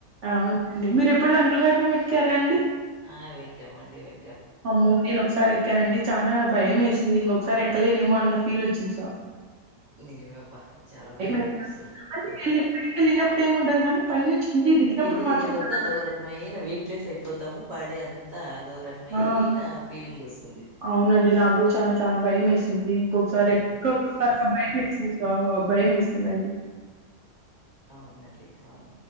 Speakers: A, on the right; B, on the left.
A: అవునండి మీరు ఎప్పుడు రంగులరాట్నం ఎక్కారా అండి
B: ఆ అవెక్కావండి వే
A: అమ్మో నేను ఒకసారి ఎక్కానండి చానా భయం వేసింది ఇంకొకసారి ఎక్కలేనేమో అన్న ఫీల్ వచ్చింది స
B: నిజమే అబ్బా చాలా భయం
A: ఎట్లా?
B: అనిపిస్తుంది
A: అంటే
B: అదే
A: వెళ్ళి పైకెళ్ళినప్పుడు ఏముండదు గానీ, పైనుంచి దిగినప్పుడు
B: కిందికి దిగేటప్పుడు
A: మాత్రం చాలా
B: అదొ
A: భయమేసింది.
B: ఒక రకమైన వెయిట్ లెస్ అయిపోతాము బాడీ అంతా అదొక రకమైన
A: ఆ!
B: ఫీలింగ్ వస్తుంది
A: అవునండి నాకు కూడా చానా చానా భయం వేసింది ఇంకొకసారి ఎక్కకూడదు
B: అదే అదే కదా
A: అన్న భయం వేసింది భయం వేసింది దండి
B: అవునండి అవును